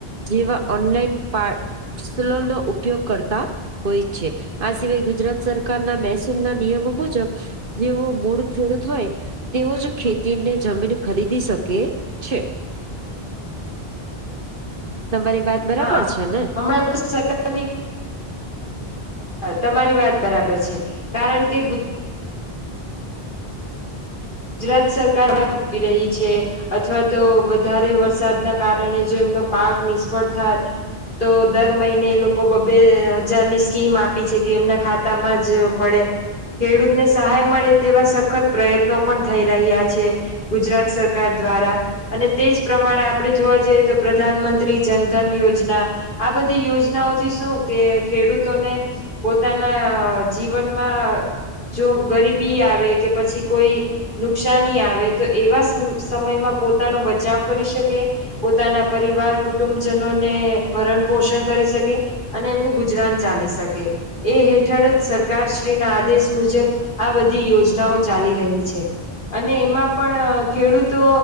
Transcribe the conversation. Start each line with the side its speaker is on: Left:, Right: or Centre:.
Right: જેવા ઓનલાઈન પા પાસલો નો ઉપયોગ કર તા હોય છે, આ સિવાય ગુજરાત સરકારના મહેસૂલના નિયમો મુજબ. જેવો બોળ ખેડૂત હોય. તેઓ જ ખેતીને જમીન ખરીદી શકે છે, તમારી વાત બરાબર
Left: હા,
Right: છે ને
Left: હમણાં તમારી વાત બરાબર છે, કારણ કે ગુજરાત સરકાર રાખી રહી છે, અથવા તો વધારે વરસાદના કારણે જો એમનો પાક નિષ્ફળ થાય. તો દર મહિને લો કો બબે હજારની સ્કીમ આપી છે, કે એમના ખાતામાં જ પડે. ખેડૂતને સહાય મળે તેવા સખત પ્રયત્નો પણ થઈ રહ્યા છે, ગુજરાત સર સરકાર દ્વારા અને તે જ પ્રમાણે આપણે જોવા જઈએ તો પ્રધાનમંત્રી જનધન યોજના, આ બધી યોજનાઓથી શું કે ખેડૂતોને, પોતાના જીવનમાં જો ગરીબી આવે, કે પછી કોઈ નુકસાની આવે તો એવા સમયમાં પોતાનો બચાવ કરી શકે. પોતાના પરિવાર કુટુંબજનોને ભરણ પોષણ કરી શકે અને એમનું ગુજરાન ચાલી શકે એ હેઠળ જ સરકારશ્રી ના આદેશ મુજબ આ બધી યોજનાઓ ચાલી રહી છે અને એમાં પણ ખેડૂતો